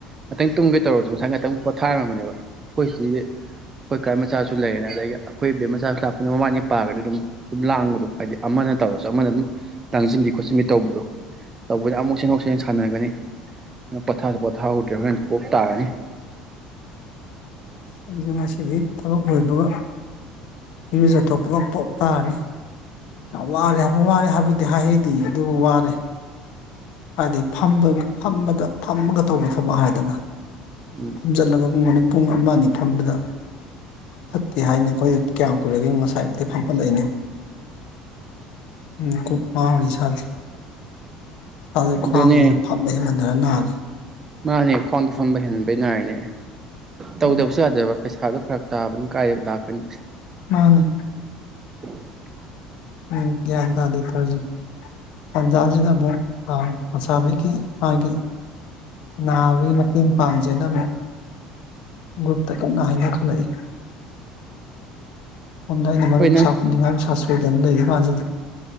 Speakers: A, on the right (about 20°); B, on the left (about 60°).
A: ꯉꯥꯛꯇꯪ ꯇꯨꯝꯒꯦ ꯇꯧꯔꯁꯨ ꯉꯁꯥꯏ ꯉꯥꯛꯇꯪ ꯄꯣꯊꯥꯔꯝꯝꯕꯅꯦꯕ ꯑꯩꯈꯣꯏ ꯁꯤꯗꯤ ꯑꯩꯈꯣꯏ ꯀꯥꯏ ꯃꯆꯥꯁꯨ ꯂꯩꯔꯦꯅ ꯑꯗꯒꯤ ꯑꯩꯈꯣꯏ ꯏꯕꯦꯝ ꯃꯆꯥꯁꯨ ꯂꯥꯛꯄꯅꯤꯅ ꯃꯃꯥꯅꯤ ꯄꯥꯔꯒꯗꯤ ꯑꯗꯨꯝ ꯑꯗꯨꯝ ꯂꯥꯡꯕꯗꯣ ꯍꯥꯏꯗꯤ ꯑꯃꯅ ꯇꯧꯔꯁꯨ ꯑꯃꯅ ꯑꯗꯨꯝ ꯂꯥꯡꯁꯤꯟꯕꯤ ꯈꯣꯠꯆꯤꯟꯕꯤ ꯇꯧꯕꯗꯣ ꯇꯧꯕꯗ ꯑꯃꯨꯛ ꯁꯦꯡꯍꯣꯛ ꯁꯦꯡꯟ ꯁꯥꯟꯅꯒꯅꯤ ꯅ ꯄꯠꯊꯥꯁꯨ ꯄꯣꯊꯥꯍꯗ꯭ꯔꯦ ꯍꯣꯔꯦꯟ ꯄꯣꯞ ꯇꯥꯔꯅꯤ
B: ꯑꯩꯁꯨ ꯉꯁꯤꯗꯤ ꯊꯕꯛ ꯂꯣꯏꯕꯒ ꯃꯤꯖꯊꯣ ꯄ ꯄꯣ ꯇꯅꯤ ꯋꯥꯔꯦ ꯋꯥꯔꯦ ꯍꯥꯏꯕꯗꯤ ꯍꯥꯏꯍꯩꯗꯤ ꯑꯗꯨꯕꯨ ꯋꯥꯔꯦ ꯍꯥꯏꯗꯤ ꯐꯝꯕ ꯐꯝꯕꯗ ꯐꯝꯃꯒ ꯇꯧꯕ ꯊꯕꯛ ꯍꯥꯏꯗꯅ
A: ꯎꯝ
B: ꯐꯝꯖꯜꯂꯒ ꯀꯨꯝꯒꯅ ꯄꯨꯡ ꯑꯃ ꯑꯅꯤ ꯐꯝꯕꯗ ꯐꯠꯇꯦ ꯍꯥꯏꯅꯤ ꯑꯩꯈꯣꯏ ꯀꯌꯥꯝ ꯀꯨꯏꯔꯒꯦ ꯉꯁꯥꯏꯃꯨꯛꯇꯤ ꯐꯝꯒꯠꯂꯛꯏꯅꯣ ꯎꯝ ꯈꯨ ꯃꯥꯔꯤ ꯁꯥꯖ ꯑꯁꯦ ꯈ꯭ꯋꯥꯡꯁꯤꯁꯨ
A: ꯑꯗꯨꯅꯦ
B: ꯐꯝꯃꯦ ꯗꯔ ꯅꯥꯔꯦ
A: ꯃꯥꯅꯦ ꯈ꯭ꯋꯥꯡꯗ ꯐꯝꯕ ꯍꯦꯟꯍꯟꯕꯩ ꯅꯥꯏꯅꯦ ꯇꯧꯗꯕꯁꯨ
B: ꯎꯝ
A: ꯌꯥꯗꯕ ꯄꯩꯁꯥꯗꯣ ꯐꯔꯛ ꯇꯥꯕꯅ ꯀ ꯗꯥꯥꯛꯀꯅꯤ
B: ꯃꯥꯅꯤ
A: <unintelligible>
B: ꯎꯝ ꯒ꯭ꯌꯥꯟ ꯇꯥꯗꯤꯦ ꯈꯔꯁꯤ ꯇꯟꯖꯥꯁꯤꯗ ꯑꯃꯨꯛ ꯃꯁꯥ ꯄꯤꯈꯤ ꯍꯥꯏꯦ ꯅꯥꯕꯒꯤ ꯃꯇꯦꯡ ꯄꯥꯡꯖꯩꯅ ꯑꯃꯨꯛ ꯒ꯭ꯔꯨꯞꯇꯀ ꯀꯍꯥꯏꯅ ꯈꯂ ꯂꯩ ꯁꯣꯟꯗꯅ ꯃꯔꯔꯨꯞ
A: ꯍꯣꯏ ꯅꯪ
B: ꯆꯣꯟꯗꯤꯉ ꯐꯣꯏꯗꯅ ꯂꯩꯌꯦꯦ ꯃꯥꯟꯗꯦ